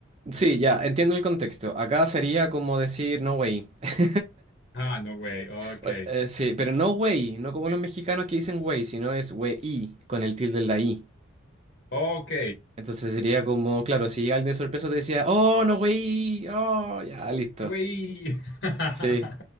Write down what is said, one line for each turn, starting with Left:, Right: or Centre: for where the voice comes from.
Left: Mm.
Right: sí, ya, entiendo el contexto. Acá sería como decir no way. <laughs>
Left: Ah, no, güey, ok.
Right: Bueno, eh, sí, pero no way, no como los mexicanos que dicen way, sino es wey con el tilde en la i.
Left: Ok.
Right: Entonces sería como, claro, si alguien de sorpresa te decía, oh, no way, oh, ya, listo.
Left: Güey. <laughs>
Right: Sí,